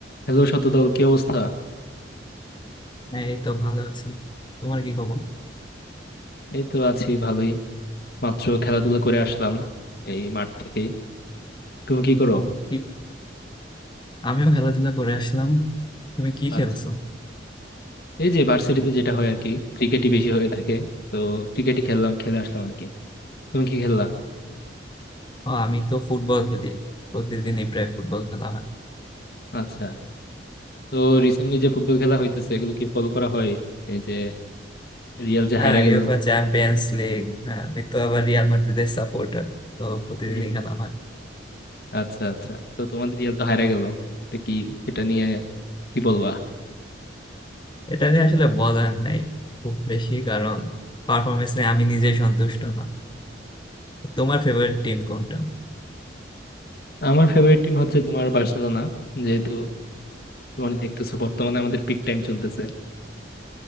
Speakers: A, on the left; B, on the left.
A: Hello Shatadal কি অবস্থা
B: হ্যাঁ এই তো ভালো আছি তোমার কি খবর
A: এই তো আছি ভালোই মাত্র খেলাধুলা করে আসলাম এই মাঠ থেকেই তুমি কি করো
B: ও কি আমিও খেলাধুলা করে আসলাম তুমি কি
A: আচ্ছা
B: খেলছো
A: এই যে ভার্সিটিতে যেটা হয় আর কি ক্রিকেটই বেশি হয়ে থাকে তো ক্রিকেটই খেললাম খেলে আসলাম আর কি তুমি কি খেললা
B: ও আমি তো ফুটবল খেলি প্রতিদিনই প্রায় ফুটবল খেলা হয়
A: আচ্ছা তো রিসেন্টলি যে ফুটবল খেলা হইতেছে এগুলো কি ফলো করা হয় এই যে রিয়াল যে
B: হ্যাঁ
A: হায়রা গেল
B: ইউফা চ্যাম্পিয়ন্স লিগ হ্যাঁ আমি তো আবার রিয়াল মাদ্রিদের সাপোর্টার তো প্রতিদিনই
A: হুম
B: খেলা হয়
A: আচ্ছা আচ্ছা তো তোমাদের রিয়াল তো হায়রা গেল এটা কি এটা নিয়ে কি বলবা
B: এটা নিয়ে আসলে বলার নাই খুব বেশি কারণ পারফরমেন্স নিয়ে আমি নিজেই সন্তুষ্ট না তোমার ফেভারিট টিম কোনটা
A: আমার ফেভারিট টিম হচ্ছে তোমার বার্সেলোনা যেহেতু তোমার দেখতেছো বর্তমানে আমাদের পিক টাইম চলতেছে